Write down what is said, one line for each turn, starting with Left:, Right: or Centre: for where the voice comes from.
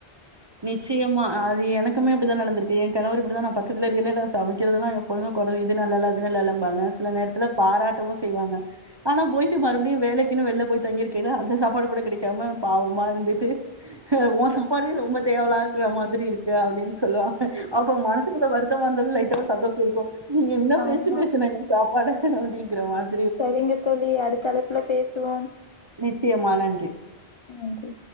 Right: நிச்சயமா அது எனக்குமே அப்டிதா நடந்திருக்கு கணவர் இப்டிதா நா பக்கதில சமக்கிறது எப்பொழுது கொற இது நல்லால அது நல்லால ங்க சில நேரத்ல பாராட்டவு செய்வாங்க ஆனா போயிட்டு மறுபடியு வேலைக்குனு வெளில போய் தங்கி இருக்கேனா அந்த சாப்பாடு கூட கெடை சமா பாவமா இருந்துட்டு <unintelligible> சாப்பாடு ரொம்ப தேவலாக மாரி இருகு அப்டினு சொலுவாங்க அப்ப மனசுகுல வருதமருந்தாலு லைடா ஒரு சந்தோஷ இருகு நீ என
Left: ஆமா
Right: பேச்சு பேசுன சாப்ட் பட அப்டிங்கிறமாரி
Left: செரிங்க தோழி அடுத்த அளப்புல பேசுவோ
Right: நிச்சயமா நன்றி
Left: நன்றி